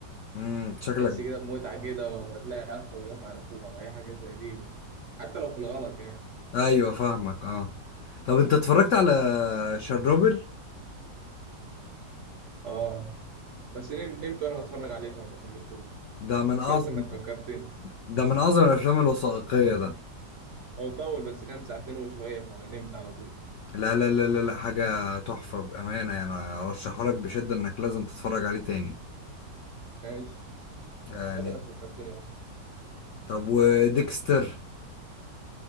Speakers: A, on the left; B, on the right.
A: امم شكلك
B: تحس كده بمتعة كده وما تلاقي أخ بيدافع عن أخوها بأي حاجة زي دي بت... حتى لو في الغلط يعني
A: ايوه فاهمك اه طب انت اتفرجت على شيرنوبل
B: آه بس نمت, نمت وأنا بتفرج عليه فما كملتوش
A: ده
B: <laughs>
A: من اعظم
B: كويس إنك فكرتني
A: ده من اعظم الافلام الوثائقية ده
B: هو طول بس كان ساعتين وشوية فأنا نمت على طول
A: لا لا لا لا, لا حاجة تحفة بأمانة يعني ارشحه لك بشدة انك لازم تتفرج عليه تاني
B: ماشي
A: يعني
B: بس إنك فكرتني أصلا
A: طب وديكستر